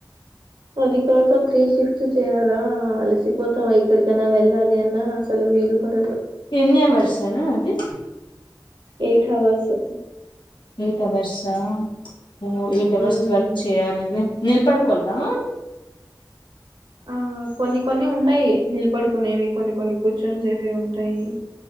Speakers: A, on the right (about 75°); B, on the left (about 85°).
A: అది కాక త్రీ షిఫ్ట్స్ చేయాలా అలసిపోతాం ఎక్కడికైనా వెళ్ళాలి అన్నా అసలు వీలుపడదు
B: ఎన్ని అవర్సా అది
A: ఎయిట్ అవర్సు
B: ఎయిట్ అవర్సా ఓ ఎయిట్ అవర్స్
A: హ్మ్.
B: వర్క్ చేయ్యాలి నిలబడుకోల్నా
A: ఆ కొన్ని కొన్ని ఉంటాయి నిలబడుకునేవి కొన్ని కొన్ని కూర్చొని చేసేవి ఉంటాయి